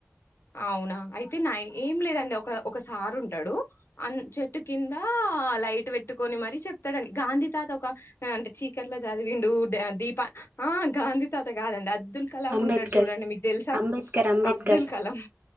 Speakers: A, on the left (about 55°); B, on the right (about 40°).
A: అవునా అయితే నా ఏం లేదండి ఒక ఒక సారు ఉంటడు, అ చెట్టు కింద లైట్ పెట్టుకొని మరి చెప్తడు అండి. గాంధీ తాత ఒక అంటే చీకట్లో చదివిండు దీప ఆ గాంధీ తాత కాదండి. అబ్దుల్ కలాం
B: అంబేద్కర్.
A: ఉంటడు చూడండి. మీకు తెలుసా
B: అంబేద్కర్, అంబేద్కర్.
A: అబ్దుల్ కలాం